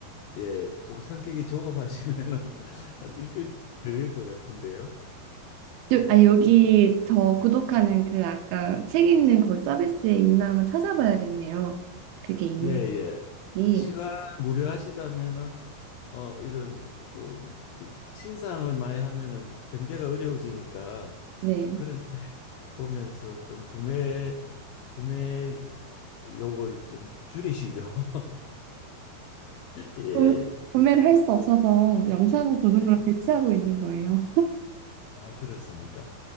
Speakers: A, on the left (about 85°); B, on the right (about 80°).
A: 예, 좀 성격이 조급하시면은 <laughs> 한 일주일 걸릴 것 같은데요.
B: 요- 아, 여기 저 구독하는 그 아까 책 있는 거기 서비스에 있나 한번 찾아봐야겠네요. 그게
A: 예, 예.
B: 있는지.
A: 그 시간 무료하시다면은 어 이런 그, 그 신상을 많이 하면은 경제가 어려워지니까
B: 네.
A: 그런 집 보면서 좀 구매 구매 욕을 좀 줄이시죠. <laughs> 예.
B: 구매- 구매를 할 수 없어서 영상 보는
A: 네.
B: 걸 대체하고 있는 거예요.
A: 아, 그렇습니까?